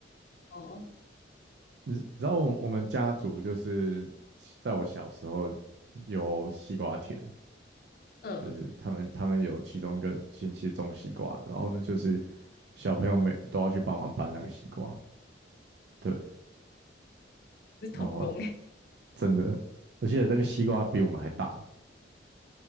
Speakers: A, on the left; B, on the right.
A: 哦，
B: 你知道我我们家族就是在我小时候有西瓜田，
A: 嗯，
B: 就是他们他们有其中一个亲戚种西瓜，然后呢就是小朋友每都要去帮忙搬那个西瓜，对，
A: 是童工耶，
B: 然后真的，而且那个西瓜比我们还大，